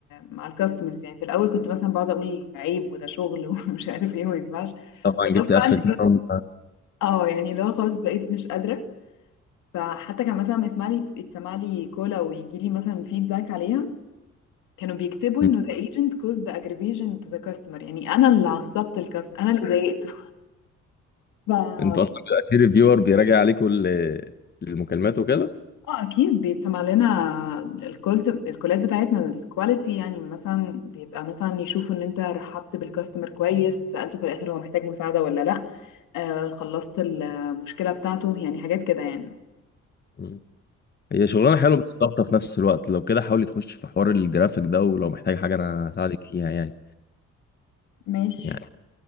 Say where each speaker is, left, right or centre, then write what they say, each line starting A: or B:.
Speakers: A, on the left; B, on the left.
A: مع الكاستمرز يعني في الاول كنت مثلا بقعد اقول عيب وده شغل <laughs> ومش عارف ايه وما ينفعش
B: طبعا
A: بدأت
B: جبت
A: بقى
B: اخر كلمة
A: اه يعني اللي هو خلاص بقيت مش قادرة فحتى كان مثلا لما يسمع لي يتسمع لي كولا ويجي لي مثلا فيدباك عليها كانوا بيكتبوا
B: مم.
A: انه the agent caused the aggravation to the customer يعني انا اللي عصبت الكاست انا اللي ضايقته <laughs>
B: انت اصلا
A: ف
B: بيبقى في ريفيور بيراجع عليك كل المكالمات وكده
A: اه اكيد بيتسمع لنا الكولت الكولات بتاعتنا الكواليتي يعني مثلا بيبقى مثلا يشوفوا ان انت رحبت بالكاستمر كويس سألته في الاخر هو محتاج مساعدة ولا لا آه خلصت المشكلة بتاعته يعني حاجات كده يعني
B: مم. هي شغلانة حلوة بس ضغطة في نفس الوقت لو كده حاولي تخش في حوار الجرافيك ده ولو محتاج حاجة انا هساعدك فيها يعني
A: ماشي
B: يعني